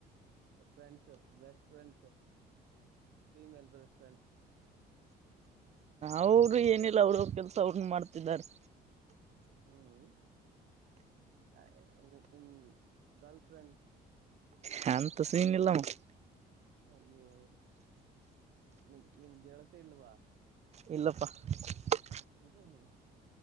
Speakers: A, on the right (about 70°); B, on the right (about 40°).
A: friends best friends female best friends
B: ಅವರು ಏನಿಲ್ಲ ಅವಳ ಕೆಲ್ಸ ಅವನ್ನ ಮಾಡ್ತಿದ್ದಾರೆ
A: ಹ್ಮ್ ಆ, ಹ್ಮ್. <unintelligible> ಗರ್ಲ್ಫ್ರೆಂಡ್. <inaudible>
B: ಹಂತಸೀನೆಲ್ಲಮಗ. <inaudible>
A: ಅಯ್ಯೋ, ನಿಮ, ನಿಮ್, ಹೇಳ್ತಾ, ಇಲ್ವಾ. <inaudible>
B: ಇಲ್ಲಪ್ಪಾ.. <unintelligible>
A: ಹ್ಮ್, ಹ್ಮ್, ಹ್ಮ್,